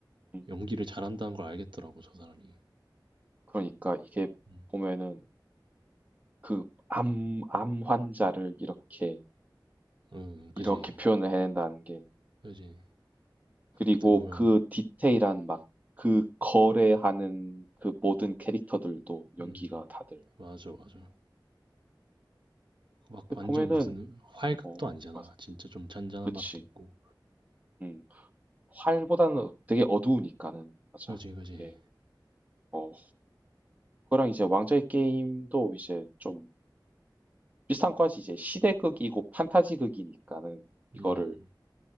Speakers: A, on the right (about 20°); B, on the right (about 80°).
A: 음.
B: 연기를 잘한다는 걸 알겠더라고, 저 사람이.
A: 그러니까 이게
B: 음,
A: 보면은 그 암, 암 환자를 이렇게
B: 음,
A: 이렇게
B: 그지.
A: 표현을 해낸다는 게
B: 그지.
A: 그리고
B: 어떻게 보면
A: 그 디테일한 막 그 거래하는 그 모든 캐릭터들도 연기가
B: 음,
A: 다들.
B: 맞아, 맞아. 그 막
A: 근데
B: 완전
A: 보면은,
B: 무슨 활극도
A: 어,
B: 아니잖아.
A: 맞아.
B: 진짜 좀 잔잔한
A: 그치.
B: 맛도 있고.
A: 음. 활보다는 되게 어두우니까는, 맞아.
B: 그지, 그지.
A: 이게, 어, 그거랑 이제 왕좌의 게임도 이제 좀 비슷한 과지 이제 시대극이고 판타지극이니까는
B: 음,
A: 이거를